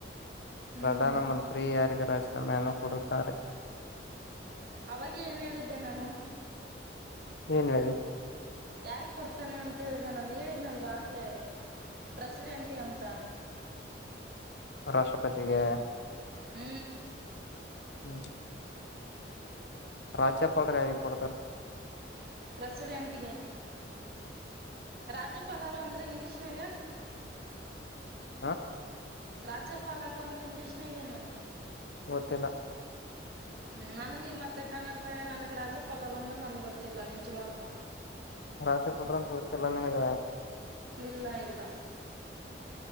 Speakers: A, on the right; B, on the left.
A: ಹ್ಮ್
B: ಪ್ರಧಾನ ಮಂತ್ರಿ ಯಾರಿಗೆ ರಾಜ ನಾಮೆಯನ್ನು ಕೊಡುತ್ತಾರೆ.
A: ಅವಾಗೆ ಏನ್ ಹೇಳಿದ್ದೆ ನಾನು
B: ಏನ್ ಹೇಳಿ.
A: ಯಾರಿಗ ಕೊಡ್ತಾನೆ ಅಂತ ಹೇಳಿದೆ ನಾನು ಹೇಳಿದ್ನಲ್ವಾಗ್ಲೇ ಪ್ರೆಸಿಡೆಂಟ್ ಅಂತ
B: ರಾಷ್ಟ್ರಪತಿಗೆ
A: ಹ್ಮ.
B: <inaudible> ರಾಜ್ಯಪಾಲರ ಯಾರಿಗ ಕೊಡ್ತಾರ.
A: ಪ್ರೆಸಿಡೆಂಟ ಗೆ ರಾಜಪಾಲರು ಅಂದ್ರ ಇಂಗ್ಲಿಷ್ನಾಗ
B: ಹಾ
A: ರಾಜ್ಯಪಾಲರು ಅಂದ್ರ ಇಂಗ್ಲೀಷ್ನಾಗ ಏನು.
B: ಒತ್ತಿಲ್ಲ.
A: ಹ ನನಗೆ ಮತ್ತ ಕನ್ನಡದಾಗ ನನಗೆ ರಾಜಪಾಲರು ಅಂದ್ರೆ ನಮಗೆ ಗೊತ್ತಿಲ್ಲ ನಿಜವಾಗ್ಲು
B: ರಾಜ್ಯಪಾಲರ ಅಂತ ಗೊತ್ತಿಲ್ಲ ನನಗ
A: ಇಲ್ಲ ಇಲ್ಲ.